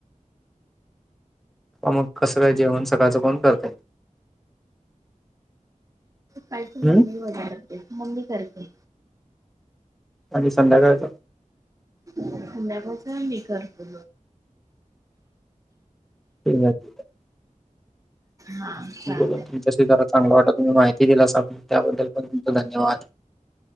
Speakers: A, in the centre; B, on the right.
A: मग कसं काय जेवण सकाळचं कोण करतय.
B: काल <unintelligible> त
A: हम्म
B: मम्मी वगैर करते मम्मी करते
A: आणि संध्याकाळच
B: संध्याकाळच मी करते
A: <unintelligible>
B: हा चालतंय.
A: बोललो तुमच्याशी जरा चांगल वाटल, तुम्ही माहिती दिल्यासा त्याबद्दल पण तुमच धन्यवाद.